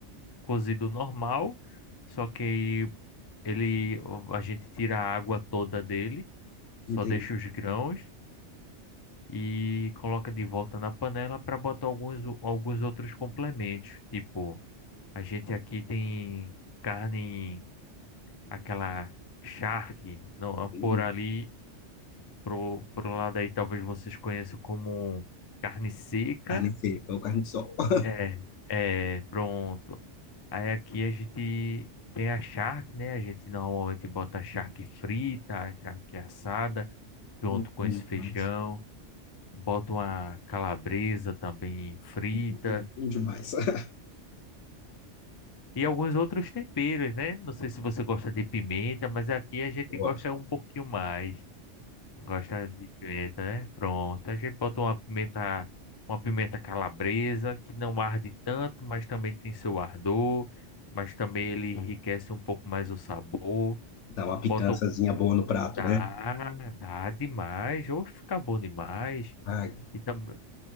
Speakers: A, on the left; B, on the left.
A: cozido normal, só que aí ele a gente tira a água toda dele, só
B: não tem
A: deixa os grãos e coloca de volta na panela para botar alguns alguns outros complementos, tipo, a gente aqui tem carne aquela charque, não,
B: hum,
A: por ali pro pro lado aí talvez vocês conheçam como carne seca.
B: carne seca ou carne de sol. <laughs>
A: É, é, pronto. Aí aqui a gente tem a charque, né? A gente normalmente bota a charque frita, a charque assada, junto
B: Hum,
A: com
B: Bom
A: esse
B: demais.
A: feijão. Bota uma calabresa também frita
B: Hum, Bom demais. <laughs>
A: e alguns outros temperos, né? Não sei se você gosta de pimenta, mas aqui a gente
B: Eu gosto.
A: gosta um pouquinho mais. Gosta de pimenta, né? Pronto. A gente bota uma pimenta, uma pimenta calabresa, que não arde tanto, mas também tem seu ardor, mas também ele enriquece um pouco mais o sabor.
B: Dá uma picançazinha
A: Bota algum.
B: boa no prato,
A: Dá,
B: né?
A: dá demais. Ou fica bom demais.
B: Ah,
A: E também.